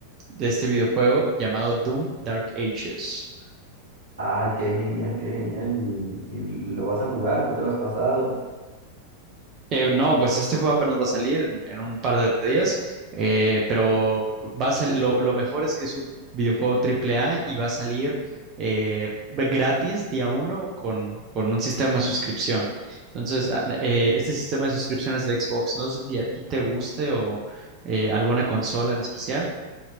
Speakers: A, on the right; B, on the right.
A: de este videojuego llamado Doom Dark Ages.
B: Ay, qué genial, qué genial, y, y lo vas a jugar, ya te lo has pasado.
A: Eh, no, pues este juego apenas va a salir en, en un par de días, eh, pero va a sal- lo, lo mejor es que es un videojuego triple A y va a salir eh, gratis día uno con, con un sistema de suscripción. Entonces, a- eh, este sistema de suscripciones de Xbox, no sé si a ti te guste o eh, alguna consola en especial.